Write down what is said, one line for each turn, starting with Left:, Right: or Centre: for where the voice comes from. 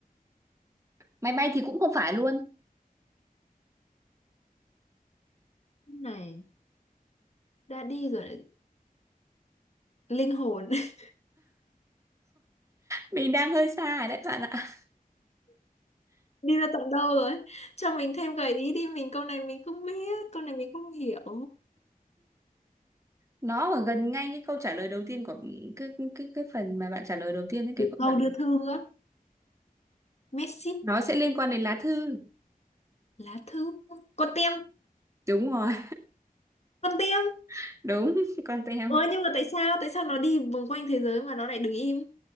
Right: máy bay thì cũng không phải luôn
Left: cái này đã đi rồi lại linh hồn. <laughs>
Right: mình đang hơi xa rồi đấy bạn ạ
Left: Đi ra tận đâu rồi? Cho mình thêm gợi ý đi, mình câu này mình không biết, câu này mình không hiểu.
Right: nó ở gần ngay cái câu trả lời đầu tiên của cái cái cái phần mà bạn trả lời đầu tiên ấy, cái
Left: Đủ
Right: câu
Left: câu
Right: trả
Left: đưa
Right: lời
Left: thư á. Messi
Right: nó sẽ liên quan đến lá thư
Left: lá thư con tem
Right: đúng rồi
Left: con tem
Right: <laughs> đúng con teo
Left: ơ nhưng mà tại sao tại sao nó đi vòng quanh thế giới mà nó lại đứng im